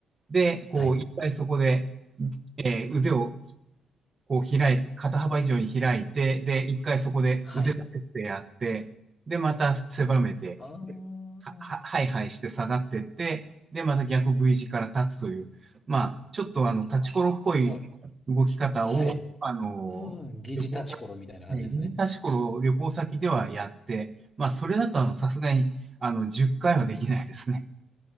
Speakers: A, on the right; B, on the left.
A: で、こう、
B: はい。
A: 一回そこで、えー腕をこう開い、肩幅以上に開いて、で、一回そこで腕立て伏せやって、
B: はい。
A: で、また狭めて、
B: あーあ
A: は、は、はいはいして下がってって、で、また逆 V 字から立つという、まあ、ちょっとあの、立ちころっぽい動き方を、
B: ー、あすごい。はい。
A: あの、
B: うん、疑似立ちころみたいな感じですね。
A: 旅行先、ね、疑似立ちころを旅行先ではやって、まあ、それだとあの、さすがに、あの、10回はできないですね。